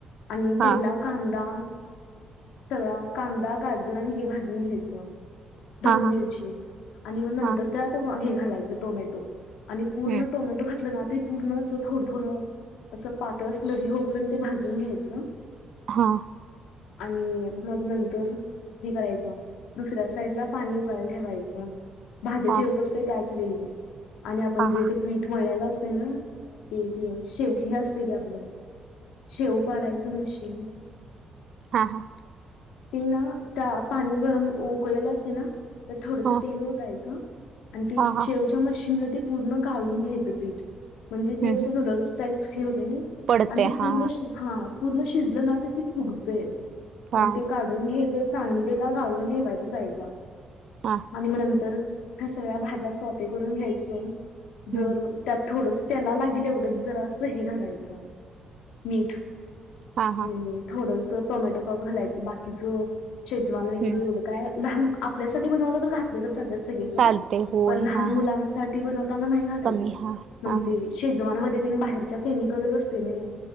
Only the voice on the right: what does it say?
हा
हा हा
हा
हम्म
हां.
हा
हा
हा
हा हा.
हा
हा हा
हम्म
हम्म
पडते
हा
हा
हा.
हम्म
हा
हा
हम्म
चालते होय
हा
हा
कमी हा
हा
हा